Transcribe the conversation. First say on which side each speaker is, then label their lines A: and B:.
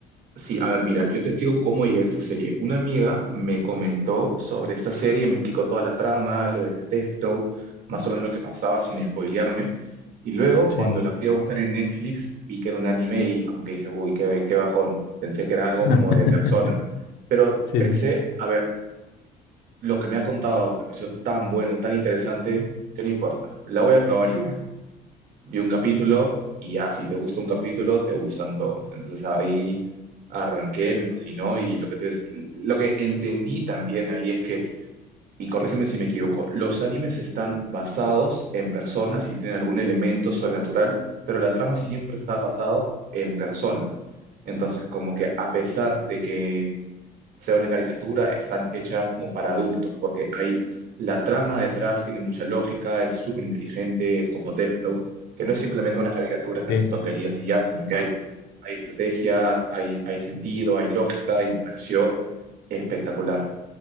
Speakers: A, on the right; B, on the left.
A: Sí, a ver, mira, yo te explico cómo llegué a esta serie. Una amiga me comentó sobre esta serie, me explicó toda la trama, lo de Death Note, más o menos lo que pasaba sin spoilearme. Y luego,
B: Sí.
A: cuando la fui a buscar en Netflix, vi que era un anime y como que dije, uy, qué, qué bajón. Pensé que era algo
B: <laughs>
A: como de personas. Pero
B: Sí,
A: pensé,
B: sí.
A: a ver, lo que me ha contado me pareció tan bueno, tan interesante, que no importa. La voy a probar igual. vi un capítulo y ya, si te gusta un capítulo, te gustan todos. Entonces ahí arranqué, me fascinó y lo que, te- lo que entendí también ahí es que, y corrígeme si me equivoco, los animes están basados en personas y tienen algún elemento sobrenatural, pero la trama siempre está basado en personas. Entonces, como que a pesar de que sea una caricatura, están hechas como para adultos, porque hay la trama detrás, tiene mucha lógica, es súper inteligente, como Death Note, que no es simplemente unas caricaturas que
B: Sí.
A: hacen tonterías y ya, sino que hay, hay estrategia, hay, hay sentido, hay lógica, y me pareció espectacular.